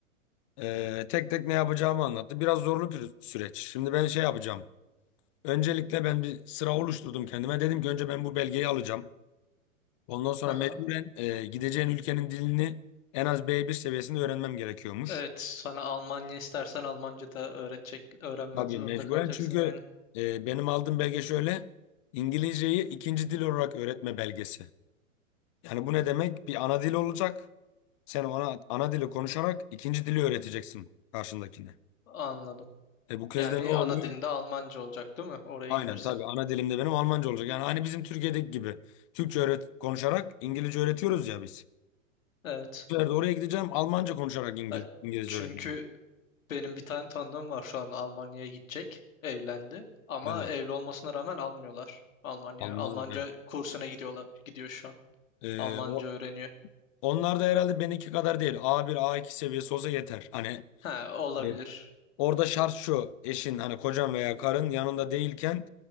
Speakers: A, on the left (about 25°); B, on the left (about 70°).
A: Ee, tek tek ne yapacağımı anlattı. Biraz zorlu bir süreç. Şimdi ben şey yapacağım. Öncelikle ben bir sıra oluşturdum kendime. Dedim ki önce ben bu belgeyi alacağım. Ondan sonra
B: Aha.
A: mecburen e, gideceğin ülkenin dilini en az B1 seviyesinde öğrenmem gerekiyormuş.
B: Evet, sana Almanya istersen Almanca da öğretecek, öğrenmen
A: Tabii
B: zorunda
A: mecburen
B: kalacaksın
A: çünkü
B: yani.
A: e, benim aldığım belge şöyle. İngilizceyi ikinci dil olarak öğretme belgesi. Yani bu ne demek? Bir ana dil olacak. Sen ona ana dili konuşarak ikinci dili öğreteceksin karşındakine.
B: Anladım.
A: E bu kez
B: Yani
A: de ne oluyor?
B: ana dilinde Almanca olacak değil mi? Oraya
A: Aynen
B: gidersen.
A: tabii ana dilimde benim Almanca olacak. Yani hani bizim Türkiye'deki gibi Türkçe öğret konuşarak İngilizce öğretiyoruz ya biz.
B: Evet.
A: Bir yerde oraya gideceğim Almanca konuşarak İngil
B: Ya
A: İngilizce
B: Çünkü
A: öğreteceğim.
B: benim bir tane tanıdığım var şu an Almanya'ya gidecek. Evlendi. Ama
A: Evet.
B: evli olmasına rağmen almıyorlar Almanya'ya.
A: Almaz
B: Almanca
A: da evet.
B: kursuna gidiyorlar, gidiyor şu an.
A: Ee,
B: Almanca
A: o,
B: öğreniyor.
A: onlar da herhalde benimki kadar değil. a bir a iki seviyesi olsa yeter. Hani
B: Ha, olabilir.
A: e, orada şart şu eşin hani kocan veya karın yanında değilken